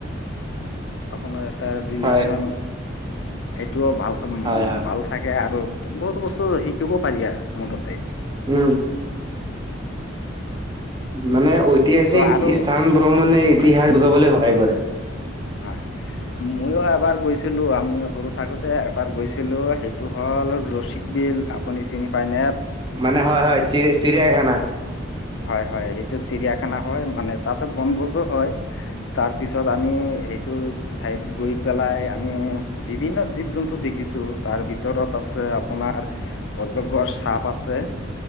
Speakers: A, on the left; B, on the right.
A: আপোনাৰ এটা ৰিলেশন-
B: হয়,
A: টোও ভাল উম
B: হয়, হয়।
A: ভাল থাকে আৰু বহুতো বস্তু শ শিকিব পাৰি আৰু মোথতে-
B: উম, মানে ঐতিহাসিক
A: ত' আৰু
B: স্থান ভ্ৰমণে
A: হয়
B: ইতিহাস
A: হয়
B: বুজাবলৈ সহায় কৰে।
A: হয়। ময়ো এবাৰ গৈছিলো আমি সৰু থাকোতে এবাৰ গৈছিলো সেইটো হ'ল ৰচিক বিল আপুনি চিনি পাই নে
B: মানে হয়-হয় চিৰি-চিৰিয়াখানা -
A: হয়-হয়। সেইটো চিৰিয়াখানা হয় মানে তাতে বনভোজো হয়। তাৰ পিছত আমি সেইটো ঠাইত গৈ পেলাই আমি বিভিন্ন জীৱ-জন্তু দেখিছো তাৰ ভিতৰত আছে আপোনাৰ অজগৰ সাপ আছে